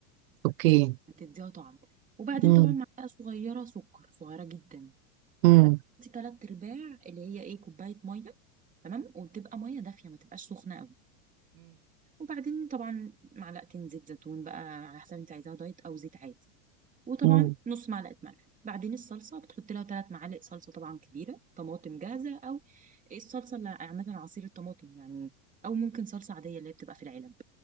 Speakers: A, on the right; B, on the right.
A: اوكي
B: بتديها طعم وبعدين
A: امم
B: طبعا معلقة صغيرة سكر صغيرة جدا
A: امم
B: بعدين بتحطي تلات أرباع اللي هي إيه كوباية مية تمام وبتبقى مية دافية ما تبقاش سخنة قوي وبعدين طبعا معلقتين زيت زيتون بقى على حسب انت عايزاها دايت أو زيت عادي وطبعا
A: امم
B: نص معلقه ملح بعدين الصلصه بتحط لها ثلاث معالق صلصه طبعا كبيره طماطم جاهزه او الصلصه اللي عامه عصير الطماطم يعني او ممكن صلصه عاديه اللي هي بتبقى في العلب